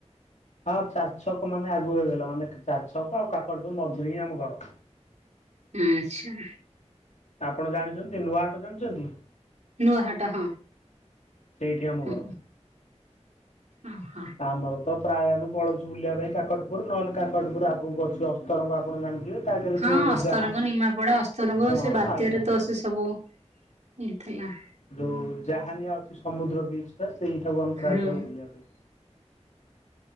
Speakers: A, on the left (about 85°); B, on the right (about 75°).
A: ହଁ ଚାରି ଛକ ମାନେ ଆଗୁ ହେଇଗଲା ମାନେ ଚାରି ଛକ ଆଉ କାକଟପୂରୁ ମଝିରେ ହିଁ ଆମ ଘର।
B: ଆଚ୍ଛା।
A: ଆପଣ ଜାଣିଛନ୍ତି ନୂଆ ହାଟ ଜାଣିଛନ୍ତି?
B: ନୂଆହାଟ ହଁ।
A: ସେଇଠି ଆମ
B: ହୁଁ
A: ଘର।
B: ହଁ। ହଁ
A: ଆମର ତ ପ୍ରାୟ ଆମେ ପଳଉଛୁ ବୁଲିବା ପାଇଁ କାକଟପୁର ନହେଲେ କାକଟପୁର ଆଗକୁ ଅଛି ଅସ୍ତରଙ୍ଗ ଆପଣ ଜାଣିଥିବେ। ତା ଆଗରେ
B: ହଁ
A: ଯୋଉ
B: ଅସ୍ତରଙ୍ଗ
A: ଯାହା
B: ନିମାପଡା ଅସ୍ତରଙ୍ଗ
A: ହଁ
B: ସେ ବାତ୍ୟାରେ
A: ଆଜ୍ଞା ଆଜ୍ଞା
B: ତ
A: ଆଜ୍ଞା
B: ସେ ସବୁ ଇ ଥିଲା।
A: ଯୋଉ ଜାହାନିଆ ଅଛି ସମୁଦ୍ର ବ୍ରିଜଟା ସେଇଠାକୁ ଆମେ ପ୍ରାୟ
B: ହଁ
A: ଯାାଉ ବୁଲିବା ପାଇଁ।